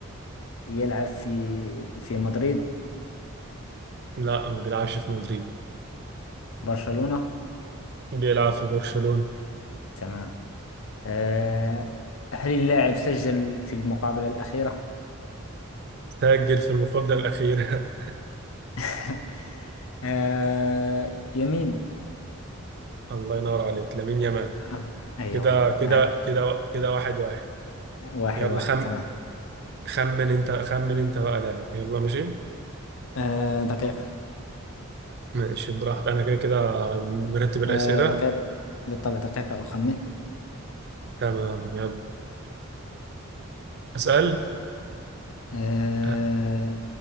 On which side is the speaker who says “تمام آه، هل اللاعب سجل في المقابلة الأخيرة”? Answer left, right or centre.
Left